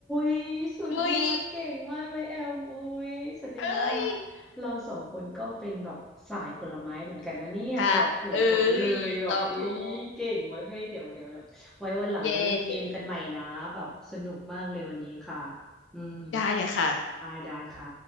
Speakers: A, in the centre; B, on the left.
A: ยสุดยอดเก่งมากเลยแอมโอ้ยแสดงว่า
B: เอ้ยเอ้ย
A: เราสองคนก็เป็นแบบสายผลไม้เหมือนกันนะเนี่ยตอบถูกหมดเลยแบบเอ้ยเก่งว่ะเฮ้ยเดี๋ยวเดี๋ยวเดี๋ยวไว้วันหลังมาเล่นเกมกันใหม่นะแบบสนุกมากเลยวันนี้ค่ะ
B: ค่ะเอ้ยตอบถูกเย้
A: อืม
B: ได้เลยค่ะ
A: ได้ได้ค่ะ